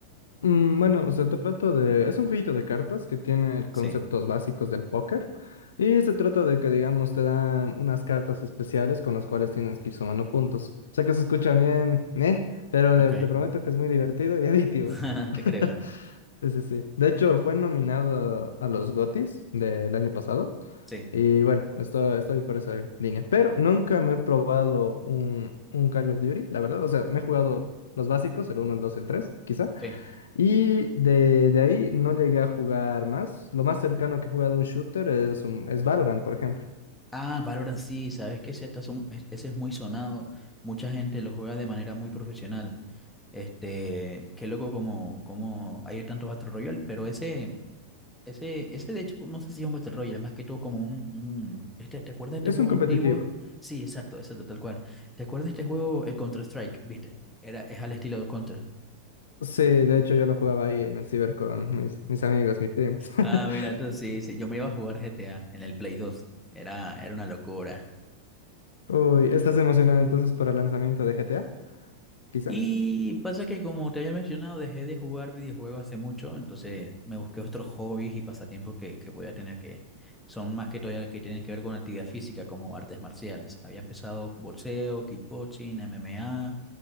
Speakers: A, on the left; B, in the centre.
A: Mm, bueno, se trata de... Es un jueguito de cartas que tiene conceptos
B: Sí,
A: básicos del póker y se trata de que, digamos, te dan unas cartas especiales con las cuales tienes que ir sumando puntos. O sea que se escucha bien, ¿eh? Pero
B: ok.
A: de- te prometo que es muy divertido y adictivo.
B: <laughs>
A: <laughs>
B: Te creo.
A: Sí, sí, sí. De hecho, fue nominado a los GOTYs del año pasado.
B: Sí,
A: Y bueno, esto- estoy por esa línea. Pero nunca me he probado un, un Call of Duty, la verdad. O sea, me he jugado los básicos, el uno, el 2, el 3, quizá.
B: sí.
A: Y de, de ahí no llegué a jugar más. Lo más cercano que he jugado a un shooter es, un, es Valorant, por ejemplo.
B: Ah, Valorant sí, sabes que ese, está son- es- ese es muy sonado. Mucha gente lo juega de manera muy profesional. Este, qué loco como, como hay tantos Battle Royale, pero ese, ese, ese de hecho, no sé si es un Battle Royale, más que todo como un, un- este, ¿te acuerdas de este
A: Es
B: juego
A: un competitivo.
B: antiguo? Sí, exacto, exacto, tal cual. ¿Te acuerdas de este juego, el Counter-Strike, viste? Era, es al estilo de Counter.
A: Sí, de hecho yo lo jugaba ahí en el ciber con mis, mis amigos, mis primos. <laughs>
B: Ah, mira, tú sí, sí, yo me iba a jugar GTA en el Play dos Era, era una locura.
A: Uy, ¿estás emocionado entonces por el lanzamiento de GTA? Quizá.
B: Y pasa que, como te había mencionado, dejé de jugar videojuegos hace mucho, entonces me busqué otros hobbies y pasatiempos que, que voy a tener que son más que todavía que tienen que ver con actividad física, como artes marciales. Había empezado boxeo, kickboxing, MMA,